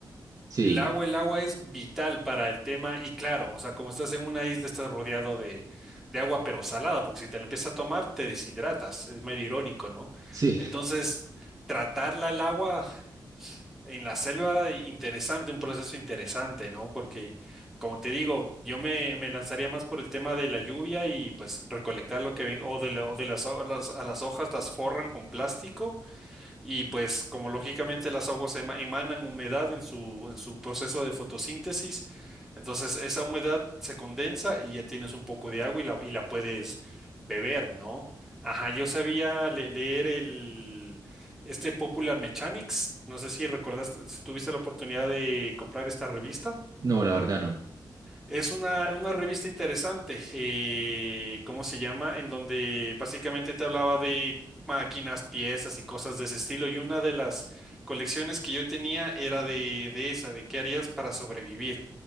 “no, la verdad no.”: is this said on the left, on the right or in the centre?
Right